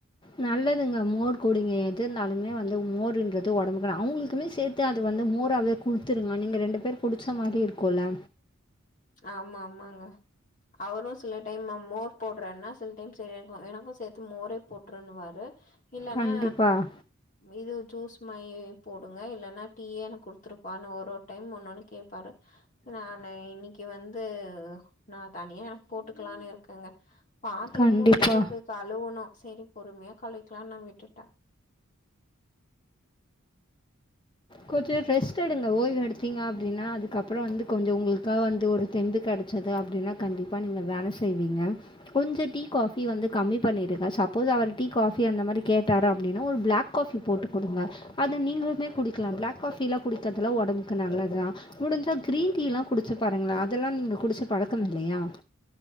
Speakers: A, on the left; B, on the left.
A: நல்லதுங்க மோர் குடிங்க எது இருந்தாலுமே வந்து மோர்ன்றது உடம்புக்கு அவுங்களுக்குமே சேர்த் து அது வந்து மோராவே குடுத்துருங்க நீங்க ரெண்டு பேரு குடிச்ச மாரி இருக்குல்ல
B: ஆமா ஆமாங்க அவரு சில டைம் மோர் போடுறேன்னா சில டைம் செரி எனக் எனக்கு சேர்த்து மோரே போட்டுருன்னுவாரு இல்லனா
A: கண்டிப்பாக
B: இது ஜூஸ் மாரி போடுங்க இல்லன்னா டீயே எனக்கு குடுத்துருப்பானு ஒரு ஒரு டைம் ஒன்னொன்னு கேட்பாரு நானு இன்னைக்கு கி வந்து நா தனியா எனக்கு போட்டுக்கலான்னு இருக்கேங்க பாத்திரமு
A: கண்டிப்பாக
B: இருக்கு கழுவணு செரி பொறுமையா கழுவிக்கிலானு நா விட்டுட்டே
A: கொஞ்சோ ரெஸ்ட் எடுங்க ஓய்வு எடுத்தீங்க அப்டின்னா அதுக்கப்றோ வந்து கொஞ்சோ உங்களுக்காக வந்து ஒரு தெம்பு கெட ச்சது அப்டின்னா கண்டிப்பா நீங்க வேல செய்வீங்க கொஞ்சோ டீ காபி வந்து கம்மி பண்ணிருங்க சப்போஸ் அவர் டீ காபி அந்த மாரி கேட்டாரு அப்டின்னா ஒரு பிளாக் காபி போட்டு கொடுங்க அது நீங்களுமே குடிக்கலா பிளாக் காஃபிலா குடிக்கிறது எல்லா உடம்புக்கு நல்லது தா முடிஞ்சா கிரீன் டீ எல்லா குடிச்சு பாருங்களா அதெல்லா நீங்க குடிச்சு பழக்கம் இல்லையா